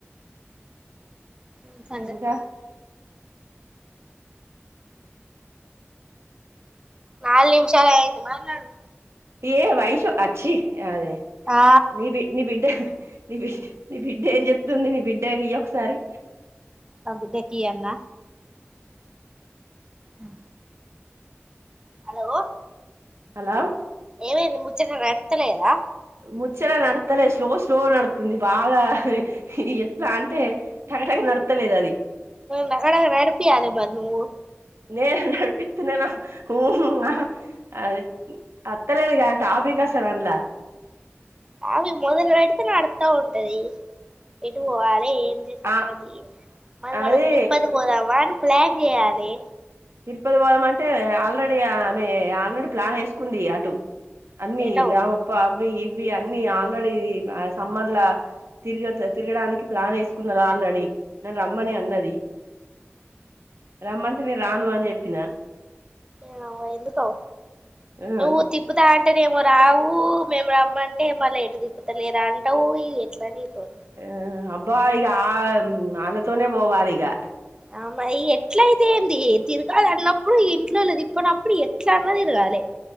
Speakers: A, on the right; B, on the right.
A: ది సంగత్
B: ఇంకా
A: నాలుగు నిమిషాలు అయింది మట్లడు
B: తె వైషూ ఆ ఆచ్చి అది
A: ఆ
B: నిబి నీ బిడ్డ నీ బిడ్ నీ బిడ్డ ఏం చెప్తుంది నీ బిడ్డకియ్యి ఒకసారి
A: నా బిడ్డకియన్న ఆ హలో
B: హలో
A: ఏమైంది ముచ్చట నడుత్తలేదా
B: ముచ్చట నడుత్తలేదు స్లో స్లో నడుతుంది బాగా ఈ ఎట్లా అంటే టకటక నడ్తలేదది
A: టకటక నడపియాలె మరి నువ్వు
B: నేను నడిపితున్నా ఉన్న అది అత్తలేదుగా టాపిక్ గసలాండ్ల
A: టాపిక్ మొదలు పెడితే నడుత్త ఉంటది ఎటుపోవాలే ఏందీ సంగతి
B: ఆ
A: మరి
B: అది
A: మనం తిరుపతి పోదామా ప్లాన్ చేయాలి
B: తిరుపతి పోదమంటే ఆల్రెడీ ఆమె ఆల్రెడీ ప్లాన్ వేసుకుంది అటు అన్నీ
A: ఎటో
B: రామప్ప అవి ఇవి అన్ని ఆల్రెడీ సమ్మర్ల తిరుగత తిరుగడానికి ప్లాన్ ఎసుకున్నాది ఆల్రెడీ నన్ రమ్మని అన్నది రమ్మంటే నేను రాను అని జెప్పిన
A: ఏమవో ఎందుకో
B: ఆ
A: నువ్ తిప్పుతన్ అంటెనెమొ రావు మేము రమ్మంటే మళ్ళ ఎటు తిప్పుతలేరు అంటావు ఎట్ల నీతోని
B: ఆ అబ్బా ఈగ ఆ ఆళ్లతోనే పోవాలిగా
A: ఆహ్ మరి ఎట్లయితే ఏందీ తిరగాలి అన్నప్పుడు ఇగ ఇంట్లోలు తీస్. మరి అప్పుడు ఎట్లాన్న తిరగాలే.